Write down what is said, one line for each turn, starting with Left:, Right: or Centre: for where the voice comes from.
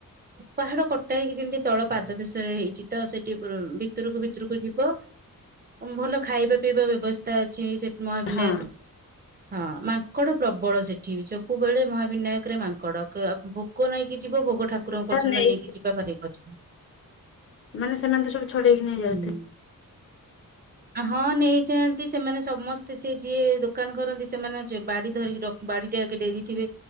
Right: ପାହାଡ କଟା ହେଇକି ଯେମିତି ତଳ ପାଦ ଦେଶରେ ହେଇଛି ତ ସେଠି ବି ଭିତରକୁ ଭିତରକୁ ଯିବ ଭଲ ଖାଇବା ପିଇବା ବ୍ୟବସ୍ଥା ଅଛି। ସେଠି ମହାବିନାୟକରେ
Left: ହଁ
Right: ହଁ ମାଙ୍କଡ ପ୍ରବଳ ସେଠି ସବୁବେଳେ ମହାବିନାୟକ ରେ ମାଙ୍କଡ ଭୋଗ ନେଇକି ଯିବ ଭୋଗଟା ଠାକୁରଙ୍କ ପର୍ଯ୍ୟନ୍ତ
Left: ନେଇ
Right: ନେଇକି ଯିବା ଭାରି କଷ୍ଟ।
Left: ମାନେ ସେମାନେ ତ ସବୁ ଛଡେଇ କିି ନେଇ ଯାଉଥିବେ।
Right: ହୁଁ ହଁ ନେଇଯାନ୍ତି ସେମାନେ ସମସ୍ତ ତ ସେ ଯିଏ ଦୋକାନ କରନ୍ତି ସେମାନେ ବାଡି ଧରିକି ରଖି ବାଡିଟା ଆଗେ ଡେରି ଥିବେ।